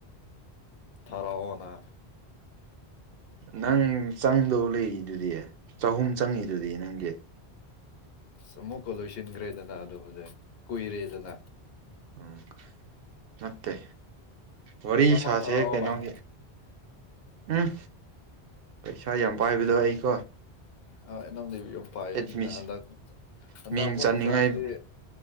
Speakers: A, on the left; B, on the right.
A: ꯊꯥꯔꯛꯑꯣꯅ꯫
B: ꯅꯪ ꯆꯪꯗꯧ ꯂꯩꯔꯤꯗꯨꯗꯤ ꯆꯍꯨꯝ ꯆꯪꯉꯤꯗꯨꯗꯤ ꯅꯪꯒꯤ꯫
A: ꯑꯁ ꯑꯃꯨꯛꯀ ꯂꯣꯏꯁꯤꯟꯈ꯭ꯔꯦꯗꯅ ꯑꯗꯨꯕꯨꯗꯤ ꯀꯨꯏꯔꯦꯗꯅ꯫
B: ꯑꯣꯝ ꯅꯠꯇꯦ꯫ ꯋꯥꯔꯤ
A: ꯆꯥꯝꯃ
B: ꯁꯥꯥꯁꯦ
A: ꯊꯥꯔꯛꯑꯣ
B: ꯀꯩꯅꯣꯒꯤ꯫
A: ꯚꯥꯏ
B: ꯎꯝ ꯄꯩꯁꯥ ꯌꯥꯝ ꯄꯥꯏꯕꯗꯣ ꯑꯩꯀꯣ꯫
A: ꯍꯣꯏ ꯅꯪꯗꯩ ꯌꯥꯝ ꯄꯥꯏꯕꯅꯤꯅ
B: ꯑꯦꯗꯃꯤꯁ
A: ꯍꯟꯗꯛ ꯍꯟꯗꯛ
B: ꯃꯤꯡ
A: ꯑꯃꯨꯛꯀꯛ
B: ꯆꯟꯅꯤꯡꯉꯥꯏ
A: ꯆꯥꯡꯗꯤ